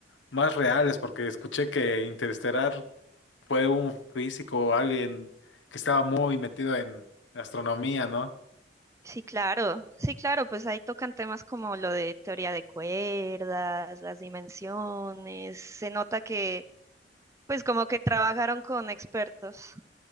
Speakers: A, on the left; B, on the right.
A: más reales, porque escuché que Interestelar fue un físico, alguien que estaba muy metido en astronomía, ¿no?
B: Sí, claro, sí, claro, pues ahí tocan temas como lo de teoría de cuerdas, las dimensiones, se nota que pues como que trabajaron con expertos.